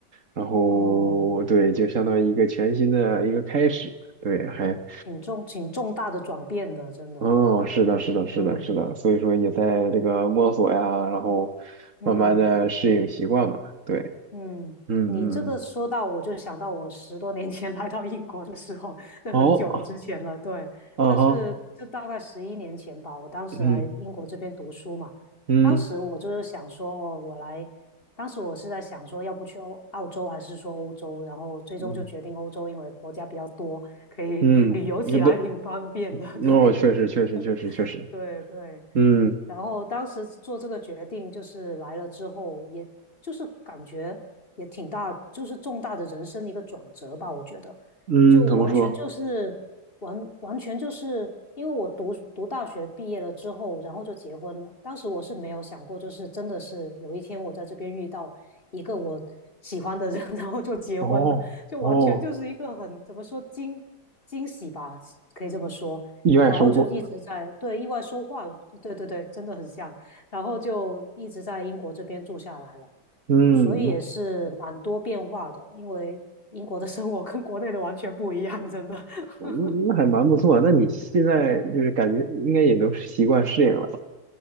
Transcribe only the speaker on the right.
然后对，
就相当于一个全新的一个开始，对，还
哦，是的，是的，是的，
是的，所以说也在这个摸索呀，然后慢慢的适应习惯吧。
对，
嗯嗯，
嗯
好，
啊哈，
嗯嗯
嗯
嗯，那都，那我确实确实确实确实，
嗯
嗯，
怎么说？
哦哦，
意外收获，
嗯，
那
嗯那还蛮不错。
那你现在就是感觉应该也都习惯适应了